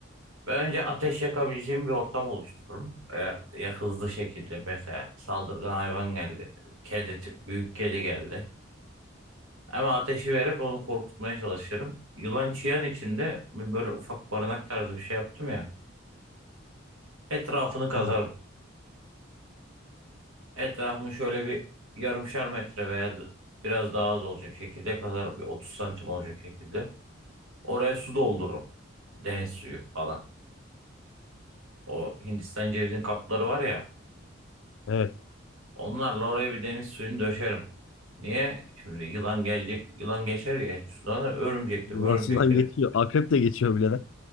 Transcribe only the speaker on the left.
Ha,
evet.
Yılan
sudan geçiyor. Akrep de geçiyor bile lan.